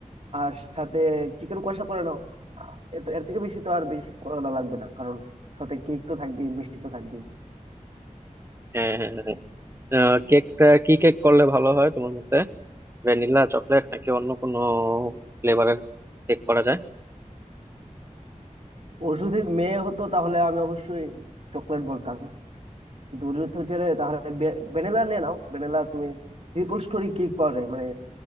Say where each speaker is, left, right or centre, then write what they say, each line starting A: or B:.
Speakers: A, on the right (about 50°); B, on the right (about 20°).
A: আর সাথে চিকেন কষা করে নাও আহ, এত এর থেকে বেশি তো আর বেশি করা লাগবে না কারণ সাথে কেক তো থাকবেই মিষ্টি তো থাকবেই
B: হ্যাঁ হ্যাঁ হ্যাঁ হ্যাঁ। আহ, কেকটা কি কেক করলে ভালো হয় তোমার মতে ভ্যানিলা চকলেট নাকি অন্য কোনো ফ্লেভারের কেক করা যায়
A: ও যদি মেয়ে হতো তাহলে আমি অবশ্যই চকলেট বলতাম দুধ হচ্ছে যে, তাহলে ভ্যানিলা নিয়ে নাও ভ্যানিলা তুমি ট্রিপল স্টোরি কেক পাওয়া যায় মানে